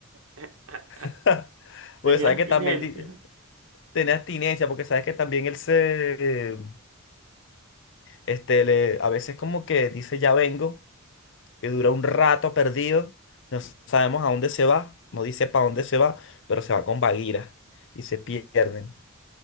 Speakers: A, on the right; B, on the left.
A: <laughs>
B: <laughs> Porque
A: Tenía
B: sabes
A: abstinencia.
B: que también di- tenía abstinencia. Porque sabes que también él se. Este, le, a veces como que dice ya vengo. Y dura un rato perdido. No sabemos a dónde se va. No dice para dónde se va. Pero se va con Bagheera. Y se pierden.